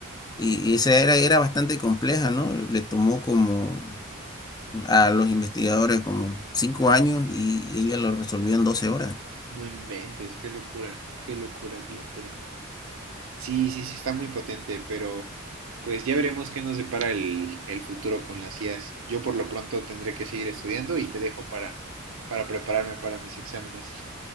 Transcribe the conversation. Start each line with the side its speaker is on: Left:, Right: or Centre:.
Left: y esa era, era bastante compleja, ¿no? Le tomó como a los investigadores como cinco años y ella lo resolvió en 12 horas.
Right: No inventes, qué locura, qué locura, qué locura. Sí, sí, sí, está muy potente, pero pues ya veremos qué nos depara el, el futuro con las IAs. Yo por lo pronto tendré que seguir estudiando y te dejo para, para prepararme para mis exámenes.